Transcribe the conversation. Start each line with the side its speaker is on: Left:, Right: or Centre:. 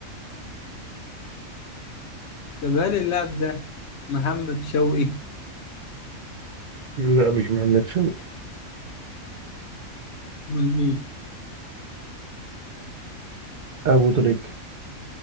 Left: طب هل اللاعب ده محمد شوقي؟
Right: لا مش محمد شوقي
Left: من مين؟
Right: أبو تريكة